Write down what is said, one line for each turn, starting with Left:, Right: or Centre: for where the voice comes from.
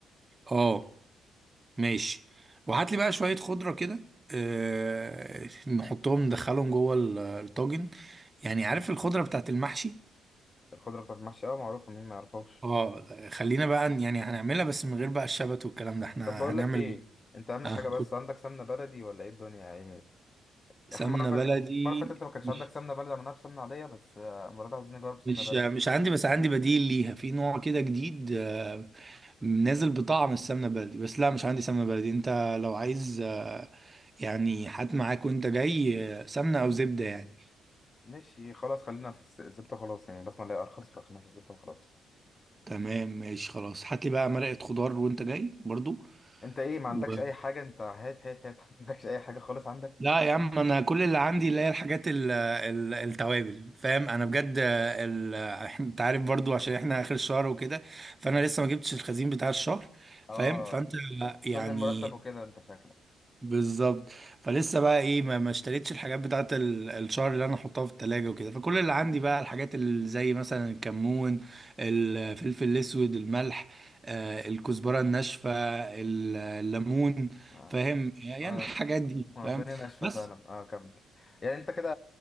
Right: اه ماشي وهات لي بقى شوية خضرة كده آه نحطهم ندخلهم جوه ال- الطاجن يعني عارف الخضرة بتاعت المحشي
Left: الخضره بتاعت المحشي اه معروفه مين ما يعرفهاش
Right: اه خلينا بقى ن- يعني هنعملها بس من غير بقى الشبت والكلام ده احنا
Left: طب بقول
Right: هنعمل
Left: لك ايه انت اهم
Right: آه
Left: حاجه بس
Right: قول.
Left: عندك سمنه بلدي ولا ايه الدنيا يعني
Right: سمنة
Left: احنا المره اللي فاتت
Right: بلدي
Left: المره اللي فاتت انت ما كانش
Right: مش
Left: عندك سمنه بلدي عملناها بسمنه عاديه بس آه، المره دي عاوزين نجرب سمنه
Right: مش
Left: بلدي
Right: مش عندي بس عندي بديل ليها في نوع كده جديد آه نازل بطعم السمنة بلدي بس لا مش عندي سمنة بلدي انت لو عايز آه يعني هات معاك وانت جاي آه، سمنة او زبدة يعني
Left: ماشي خلاص خلينا في الس- الزبده خلاص يعني بسمع اللي هي ارخص فخلينا في الزبده وخلاص
Right: تمام ماشي خلاص هات لي بقى مرقة خضار وانت جاي برضو
Left: انت ايه ما عندكش
Right: و...
Left: اي حاجه انت هات هات هات <laughs> ما عندكش اي حاجه خالص عندك
Right: لا يا عم انا كل اللي عندي اللي هي الحاجات ال... ال... التوابل فاهم انا بجد ال... <laughs> انت عارف برضو عشان احنا اخر الشهر وكده فانا لسه ما جبتش الخزين بتاع الشهر
Left: اه
Right: فاهم فانت
Left: استنى
Right: يعني
Left: المرتب وكده انت شكلك
Right: بالظبط فلسه بقى ايه ما ما اشتريتش الحاجات بتاعت ال- الشهر اللي انا احطها في التلاجة وكده فكل اللي عندي بقى الحاجات اللي زي مثلا الكمون الفلفل الاسود الملح آه الكزبرة الناشفة ال- الليمون
Left: اه
Right: فاهم يعني
Left: اه
Right: الحاجات دي
Left: اه،
Right: فاهم
Left: الدنيا ناشفه
Right: بس
Left: فعلا اه كمل يعني انت كده